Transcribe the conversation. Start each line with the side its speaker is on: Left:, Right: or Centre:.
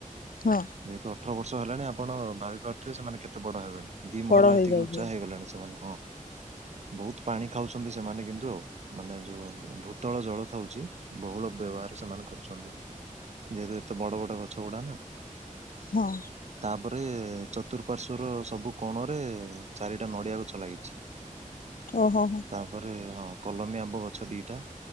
Left: ହଁ
Right: ଯେହେତୁ ଅଠର ବର୍ଷ ହେଲାଣି, ଆପଣ ଭାବି ପାରୁଥିବେ, ସେମାନେ କେତେ ବଡ ହେବେଣି। ଦି
Left: ବଡ
Right: ମହଲା
Left: ହେଇଯାଇଛି
Right: ଏତିକି ଉଚ୍ଚା ହେଇଗଲାଣି।
Left: <inaudible>
Right: ସେମାନେ ହଁ। ବହୁତ ପାଣି ଖାଉଛନ୍ତି ସେମାନେ, କିନ୍ତୁ ଆଉ, ମାନେ, ଯୋଉ ଭୂତଳ ଜଳ ଥାଉଛି ବହୁଳ ବ୍ୟବହାର ସେମାନେ କରୁଛନ୍ତି, ଯେହେତୁ ଏତେ ବଡ ବଡ ଗଛ ଗୁଡାନା।
Left: ହଁ।
Right: ତାପରେ, ଚତୁଃପାର୍ଶ୍ଵର ସବୁ କୋଣରେ, ଚାରିଟା ନଡିଆ ଗଛ ଲାଗିଛି।
Left: ଓହୋ ହୋ
Right: ତାପରେ, ହଁ, କଲମୀ ଆମ୍ବ ଗଛ ଦିଟା।